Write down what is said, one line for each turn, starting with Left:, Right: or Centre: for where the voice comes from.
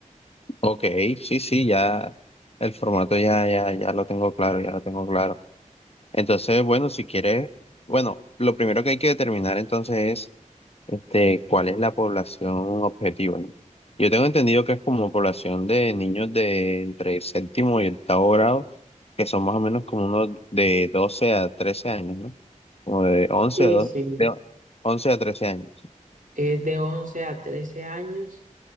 Left: Ok, sí, sí, ya el formato ya, ya, ya lo tengo claro, ya lo tengo claro. Entonces, bueno, si quieres, bueno, lo primero que hay que determinar entonces es este, cuál es la población objetiva, ¿no? Yo tengo entendido que es como población de niños de entre séptimo y octavo grado, que son más o menos como unos de 12 a 13 años, ¿no? Como de once
Right: Sí,
Left: a 12
Right: sí.
Left: de 11 a 13 años.
Right: Es de 11 a 13 años